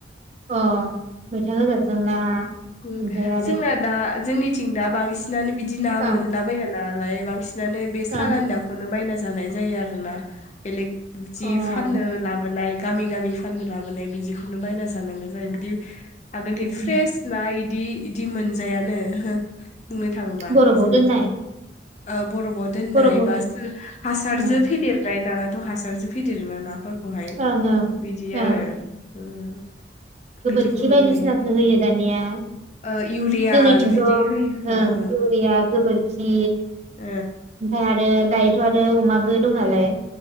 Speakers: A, on the right; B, on the left.
A: अ मैथा गोजाजों ना
B: ओम
A: ओमफ्राय आरो
B: जोंना दा जोंनिथिं दा बांसिनानो बिदि ना
A: ओं
B: मोनाब्ला दालाय बांसिन बिनानै बे सालानि
A: ओं
B: नाखौनो बायना जानाय जायो आरोना बेलेक बिदि
A: ओं
B: फाननो लाबोनाय गामि गामि फाननो लाबोनाय बिदिखौनो बायना जा नांगौ जायो बिदि आगोलनि
A: ओं
B: फ्रेस इदि इदि मोनजायानो हो। बुंनो थाङोबा
A: बरफआव
B: जोंनिथिं।
A: दोननाय
B: ओ बर'आ बर'फआव दोननाय
A: बरफआव
B: बा हासार
A: ओं
B: फेदेरनाय ना हासारजों फेदेरोना नाफोर खौहाय
A: ओं ओं
B: बिदि
A: ओं
B: आरो। उम
A: गोबोरखि
B: बिदिखौ मोनजायो
A: बायदिसिनासो होयो दा <unintelligible>
B: ओ इउरिया
A: जोंनिथिंथ'
B: बिबायदि
A: ओं
B: होयो खोमा ओं
A: इउरिया गोबोरखि
B: ओ
A: ओमफाय आरो दायो थ' आरो अमाबो दं नालाय